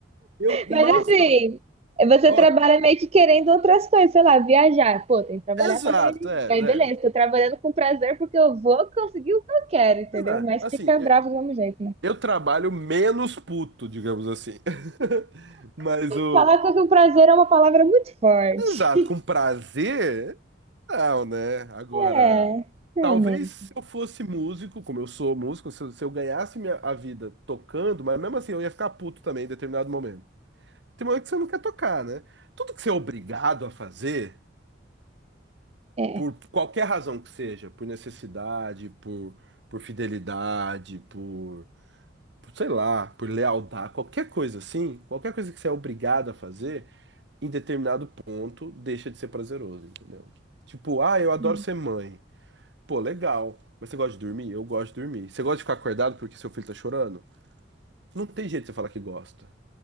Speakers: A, on the right (about 65°); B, on the right (about 30°).
A: eu, nossa,
B: Mas assim, você
A: ó,
B: trabalha meio que querendo outras coisas, sei lá, viajar. Pô, tem que trabalhar
A: exato,
B: pra ganhar dinheiro.
A: é,
B: Aí
A: né?
B: beleza, tô trabalhando com prazer porque eu vou conseguir o que eu quero, entendeu?
A: Exato.
B: Mas
A: Assim,
B: fica
A: eu,
B: bravo do mesmo jeito, né?
A: eu trabalho menos puto, digamos assim. <laughs> Mas o.
B: Falar que o prazer é uma palavra muito forte.
A: Exato, com prazer, Não, né? Agora,
B: É, realmente.
A: talvez se eu fosse músico, como eu sou músico, se eu, se eu ganhasse minha, a vida tocando, mas mesmo assim eu ia ficar puto também em determinado momento. Tem momento que você não quer tocar, né? Tudo que você é obrigado a fazer,
B: É,
A: por qualquer razão que seja, por necessidade, por, por fidelidade, por, por, sei lá, por lealdade, qualquer coisa assim, qualquer coisa que você é obrigado a fazer, em determinado ponto, deixa de ser prazeroso, entendeu? Tipo, ah, eu adoro
B: é.
A: ser mãe. Pô, legal. Mas você gosta de dormir? Eu gosto de dormir. Você gosta de ficar acordado porque seu filho tá chorando? Não tem jeito de você falar que gosta.